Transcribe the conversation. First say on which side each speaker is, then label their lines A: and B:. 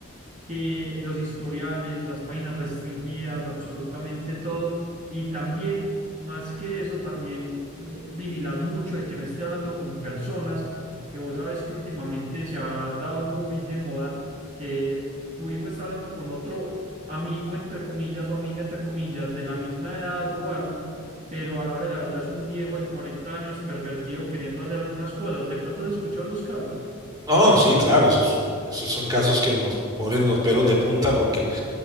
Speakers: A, on the right (about 35°); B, on the right (about 20°).
A: que los historiales, las páginas restringidas, absolutamente todo. Y también, más que eso, también eh, vigilar mucho de que no esté hablando con personas que vos sabes que últimamente se ha dado muy de moda que tu hijo está hablando con otro amigo, entre comillas, o amiga, entre comillas, de la misma edad o algo. Pero a la hora de la verdad es un viejo de 40 años pervertido queriendo hacer algunas cosas. ¿De pronto has escuchado los casos?
B: Oh, sí, claro, esos, esos son casos que nos ponen los pelos de punta porque